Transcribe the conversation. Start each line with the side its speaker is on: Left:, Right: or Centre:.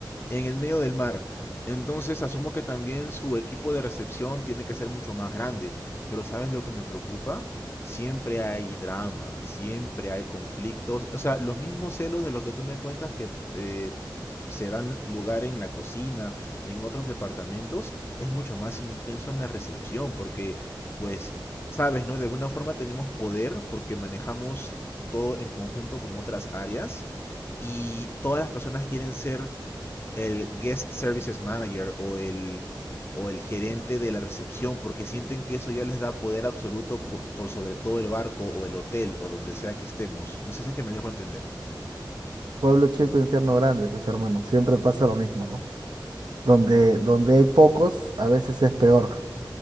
Left: en el medio del mar. Entonces asumo que también su equipo de recepción tiene que ser mucho más grande. Pero ¿sabes lo que me preocupa? Siempre hay drama, siempre hay conflictos. O sea, los mismos celos de lo que tú me cuentas que eh, se dan lugar en la cocina y en otros departamentos es mucho más intenso en la recepción porque, pues, sabes, ¿no? De alguna forma tenemos poder porque manejamos todo en conjunto con otras áreas y todas las personas quieren ser el guest services manager o el, o el gerente de la recepción, porque sienten que eso ya les da poder absoluto por, por sobre todo el barco o el hotel o donde sea que estemos. No sé si es que me dejo entender.
Right: Pueblo chico, infierno grande, pues hermano, siempre pasa lo mismo, ¿no? Donde, donde hay pocos, a veces es peor.